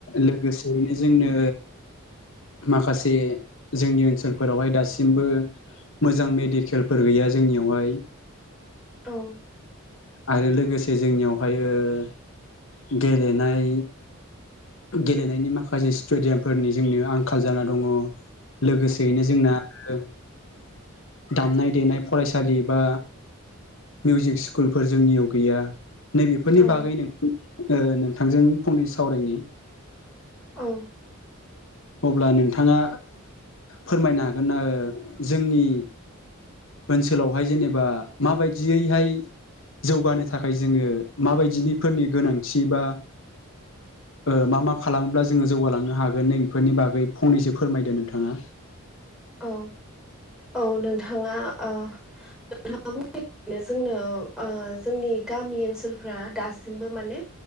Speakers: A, on the left; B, in the centre.
A: लोगोसे ओरैनो जोंनो माखासे जोंनि ओनसोल फोरावहाय दासिमबो मोजां मेडिकेल फोर गैया जोंनियावहाय
B: औ
A: आरो लोगोसे जोंनियावहाय ओ गेलेनाय गेलेनायनि माखासे स्टेडियामफोरनि जोंनि आंखाल जाना दङ' लोगोसेयैनो जोंना ओ दामनाय देनाय फरायसालि बा मिउजिक स्कुलफोर जोंनियाव गैया नै बेफोरनि
B: औ
A: बागै ओ नोंथांजों फंनैसो सावरायनि।
B: औ
A: अब्ला नोंथाङा फोरमायनो हागोन ना ओ जोंनि ओनसोलावहाय जेनेबा मा बायदियै हाय जौगानो थाखाय जोङो मा बायदिनि फोरनि गोनांथि बा ओ मा मा खालामोब्ला जोङो जौगालांनो हागोन? नै बेफोरनि बागै फंनैसो फोरमायदो नोंथाङा।
B: औ औ नोंथाङा ओ नोंथाङा बुंनो जोंनो जोंनि गामि ओनसोलफ्रा दासिमबो माने